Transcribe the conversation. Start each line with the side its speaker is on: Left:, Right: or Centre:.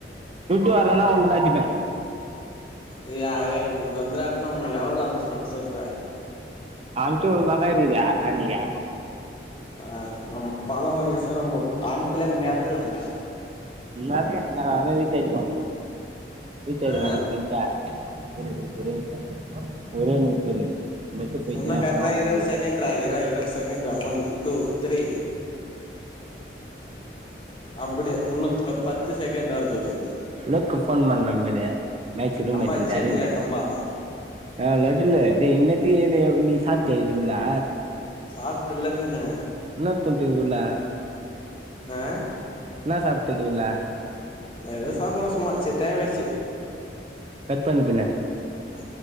Right: துட்டு வரலன்னா உண்ணத அடிப்பே
Left: இதுயக எந்த வந்த ராட்டனா உனக்கு எவ்வளவு அனுப்பு விடனு சொல்ற
Right: அம்ச்சு <unintelligible> அண்ணிகே
Left: ஆ நம்ம பண வந்துச்சுன்னா நம்ம பணத்துலயே மெதக்கலா டா
Right: மெதக்கனுடா ரீஜார்ஜ் போடனு ரீஜார்ஜ்
Left: ஆ
Right: நாளைக்கி பண்டா இரு ஒரே நிமிசம் ஒரே நிமிச இரு நெட்டு போயிச்சுன்னா
Left: உன்ன கரக்டா
Right: அப்புறோ
Left: இருபது செகண்டரா இர்ரா இருபது செகண்டரா ஒன் டூ த்ரீ அப்டி உனக்கு பத்து செகண்டு வர போது
Right: லுக்கு போன் பன்னே மேல்லு மேச்ச ரூம்
Left: கம்பா
Right: மேச்சுக்குது
Left: அச்சா
Right: அரவிந்து
Left: இல்லையா கம்பா
Right: ஆ லோடுலு டேய் இன்னத்தி நீ எழுந்து சாப்டிய இதுகுள்ளே
Left: சாப்டல்ல பின்னே
Right: என்னா தின்டே இது குள்ளே
Left: ஆ
Right: என்னா சாப்பிட்ட இதுக்குல்ல
Left: ஏதோ சாப்பிட்டே சும்மா சேரி டைம் ஆச்சு
Right: கட் பண்ணு பின்ன
Left: ம்